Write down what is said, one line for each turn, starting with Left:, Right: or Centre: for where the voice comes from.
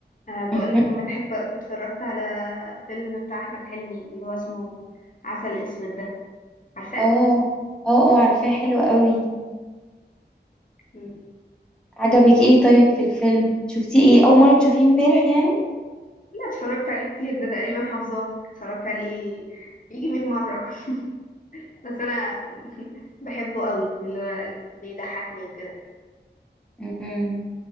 Left: آه
Centre: <laughs>
Left: بقولك
Centre: مهم.
Left: امبارح اتف- اتفرجت على فيلم بتاع أحمد حلمي اللي هو اسمه عسل أسود ده عارفاه؟
Centre: اه اه اه عارفاه حلو قوي
Left: مم.
Centre: عجبك ايه طيب في الفيلم شفتيه ايه اول مره تشوفيه امبارح يعني
Left: لا اتفرجت عليه كتير ده تقريبا حافظاه اتفرجت عليه يجي 100 مرة <laughs> بس أنا <laughs> بحبه قوي اللي هو بيضحكني وكده
Centre: مهم.